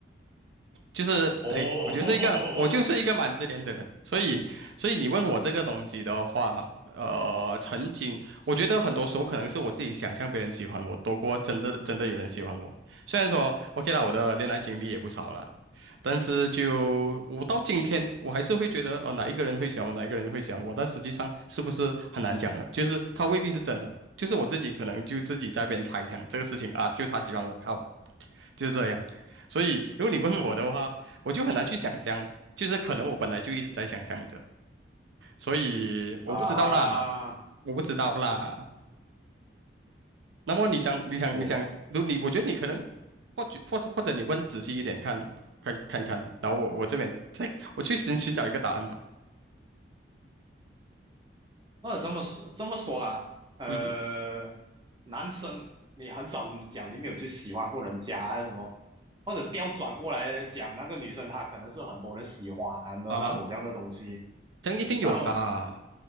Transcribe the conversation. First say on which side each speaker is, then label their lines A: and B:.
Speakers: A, on the right (about 80°); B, on the right (about 25°).
A: 就是对，
B: 哦
A: 我就是一个我就是一个蛮自恋的人，
B: <laughs>，OK
A: 所以所以你问我这个东西的话，呃，曾经我觉得很多时候可能是我自己想象别人喜欢我多过真的真的有人喜欢我。虽然说 OK 啦，我的恋爱经历也不少了，但是就我到今天我还是会觉得，哦，哪一个人会喜欢我，哪一个人会喜欢我，但实际上是不是很难讲了？就是他未必是真的，就是我自己可能就自己在那边猜想这个事情啊，就他喜欢我靠，就是这样。所以，如果你问我的话，我就很难去想象，就是可能我本来就一直在想象着，所以我不知道啦，
B: 啊，
A: 我不知道啦。那么你想，你想，
B: 我
A: 你想，如你，我觉得你可能，或许，或是或者你问仔细一点看，看看看，然后我我这边再我去寻寻找一个答案吧。
B: 那这么说这么说啦，呃，
A: 嗯哼
B: 男生你很少讲你没有去喜欢过人家啊什么，或者调转过来讲，那个女生她可能是很多人喜欢的那种这样的东西，
A: 啊，这样一定有吧？
B: 然后